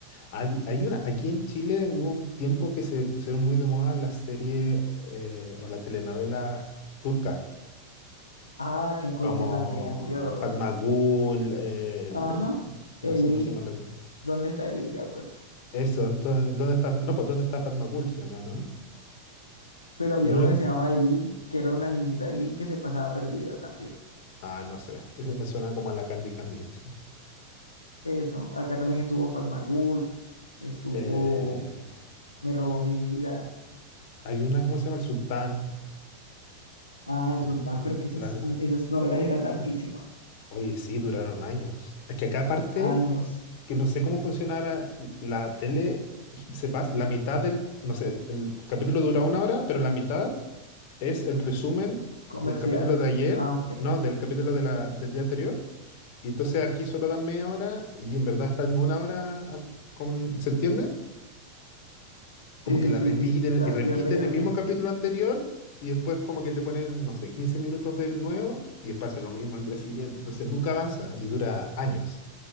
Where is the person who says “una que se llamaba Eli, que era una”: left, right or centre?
Left